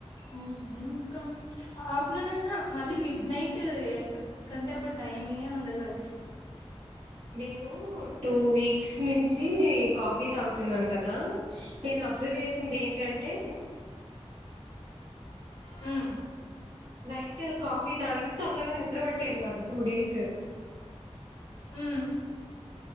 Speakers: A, on the left (about 60°); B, on the right (about 75°).
A: నిజంకా ఆఫ్టర్నూన్ అన్నా మళ్ళీ మిడ్ నైట్ ఎప్పుడంటే అప్పుడు టైమింగే ఉండదు వాళ్ళకి
B: నేను టూ వీక్స్ నుంచి నుంచి కాఫీ తాగుతున్నాను కదా నేను అబ్జర్వ్ చేసింది ఏంటంటే
A: ఆ
B: నైట్ కాఫీ తాగితే తొందరగ నిద్ర పట్టేది కాదు టూ డేస్
A: ఆ